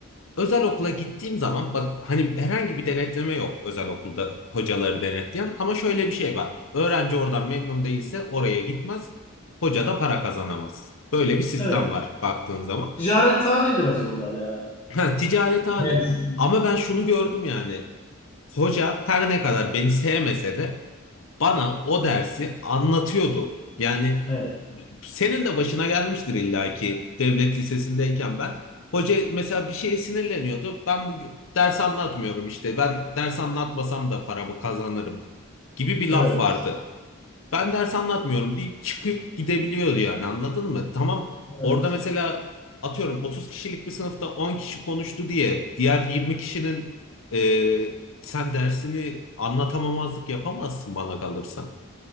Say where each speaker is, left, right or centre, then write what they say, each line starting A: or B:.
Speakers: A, on the left; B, on the left.
A: Özel okula gittiğim zaman bak hani herhangi bir denetleme yok özel okulda hocaları denetleyen ama şöyle bir şey var. Öğrenci oradan memnun değilse oraya gitmez. Hoca da para kazanamaz. Böyle bir sistem
B: Evet.
A: var baktığın zaman.
B: Ticarethane biraz zorlar ya.
A: Ha, ticarethane
B: Ne yazık ki.
A: ama ben şunu gördüm yani. Hoca her ne kadar beni sevmese de bana o dersi anlatıyordu. Yani
B: Evet.
A: senin de başına gelmiştir illaki devlet lisesindeyken ben. Hoca mesela bir şeye sinirleniyordu. Ben bu ders anlatmıyorum işte. Ben ders anlatmasam da paramı kazanırım gibi bir
B: Evet.
A: laf vardı. Ben ders anlatmıyorum deyip çıkıp gidebiliyordu yani anladın mı? Tamam
B: Evet.
A: orada mesela atıyorum 30 kişilik bir sınıfta 10 kişi konuştu diye diğer 20 kişinin e, sen dersini anlatamamazlık yapamazsın bana kalırsa.